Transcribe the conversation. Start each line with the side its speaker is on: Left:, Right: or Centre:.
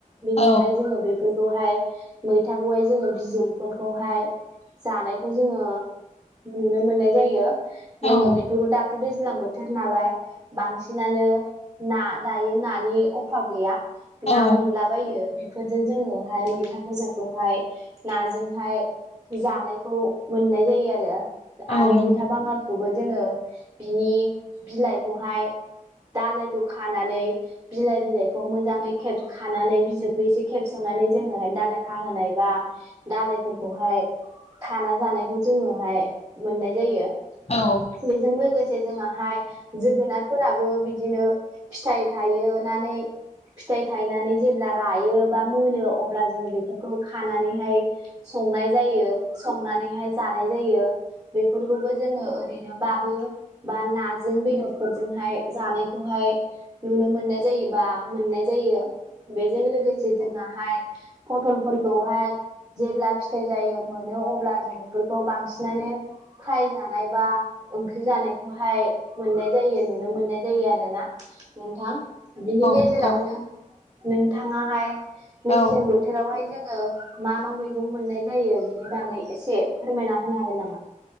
Right: बेनिफ्राय
Left: औ
Right: जोङो बेफ फोरखौहाय मैथाखौहाय जोङो बिजौफोरखौहाय जानायखौ जोङो नुनो मोननाय जायो जोङो
Left: नंगौ औ
Right: बेफोरखौ दाथ' दैज्लां बोथोर नालाय। बांसिनानो ना दायो नानि अभाब गैया ना
Left: औ
Right: मोनलाब बायो बेफोरजों जोङोहाय मैथा गोजाखौहाय नाजोंहाय जानायखौ मोननाय जायो आरो
Left: औ
Right: आरो मिथ बांगालखौबो जोङो बिनि बिलाइखौहाय दालायखौ खानानै बिलाइ बिलाइखौ मोजाङै खेब खानानै बिजौखौ एसे खेबस'नानै जोङोहाय दाालायखा होनाय बा दालायफोरखौहाय खाना जानायखौ जोङोहाय मोननाय जायो।
Left: औ
Right: बेजों लोगोसे जोंआहाय जोगोनारफोराबो बिदिनो फिथाइ थायहोनानै फिथाइ थायनानै जेब्ला रायो बा मोनो अब्ला जोङो बेफोरखौ खानानैहाय संनाय जायो संनानैहाय जानाय जायो बेफोरखौ ओरैनो बाबो बा नाजों बेदरफोरजोंहाय जानायखौहाय नुनो मोननाय जायोबा मोननाय जायो बेजों लोगोसे जोंनाहाय पथलफोरखौहाय जेब्ला फिथाइ जायो मोनो अब्ला जोंङो फोरखौ बांसिनानो फ्राय जानाय बा ओंख्रि जानायखौहाय मोननाय जायो नुनो मोननाय जायो आरो ना? नोंथां बिनि गेजेरावनो
Left: नंगौ
Right: नोंथाङाहाय मेसें
Left: औ
Right: बोथ बोथोरावहाय जोङो मा मा मैगं मोननाय जायो बेनि बागै एसे फोरमायना होनो हागोन नामा?